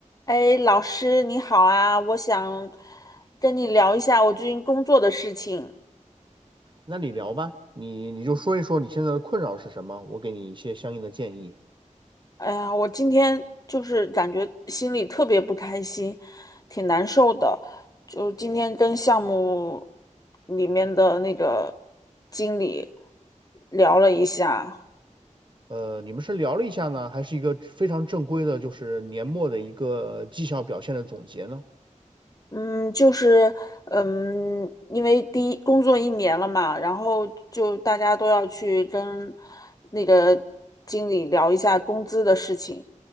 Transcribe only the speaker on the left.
哎，老师你好啊，我想跟你聊一下我最近工作的事情。
哎呀，我今天就是感觉心里特别不开心，挺难受的。就今天跟项目里面的那个经理聊了一下，
嗯，就是，嗯，因为第一工作一年了嘛，然后就大家都要去跟那个经理聊一下工资的事情，